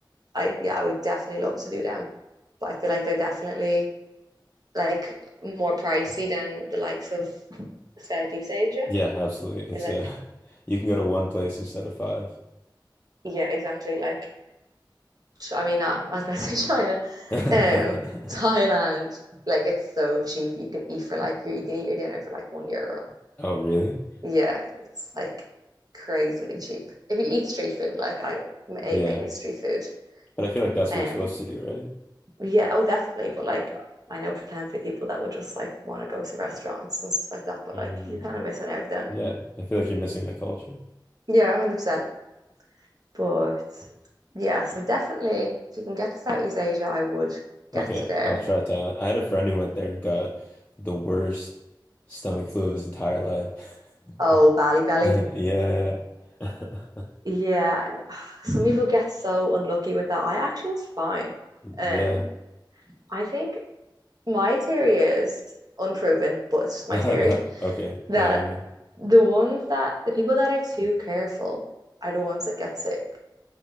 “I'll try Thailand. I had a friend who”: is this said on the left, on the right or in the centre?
Left